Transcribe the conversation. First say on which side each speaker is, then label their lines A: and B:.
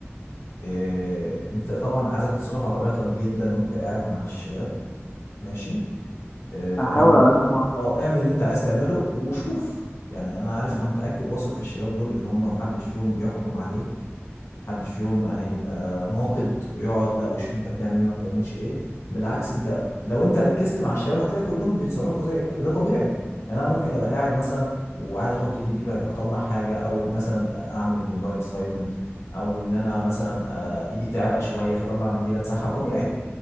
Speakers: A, on the left (about 75°); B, on the left (about 35°).
A: إيه، انت طبعا عايزك تتصرف على طبيعتك جدا وانت قاعد مع الشباب ماشي إيه،
B: فاحاول
A: اعمل
B: على قد ما اقدر
A: اه اعمل اللي انت عايز تعمله وشوف يعني انا عارف انا متأكد واثق في الشباب دول ان هم محدش فيهم بيحكم عليك محدش فيهم هيبقى ناقد ويقعد بقى ويشوف انت بتعمل ايه ما بتعملش ايه بالعكس انت لو انت ركزت مع الشباب هتلاقي كلهم بيتصرفوا زيك كده ده طبيعي يعني انا ممكن ابقى قاعد مثلا وعايز احط ايدي في جيبي اطلع حاجه او مثلا اعمل موبايل سايلنت او ان انا مثلا آه، ايدي تعرق شويه فاطلع منديل امسحها طبيعي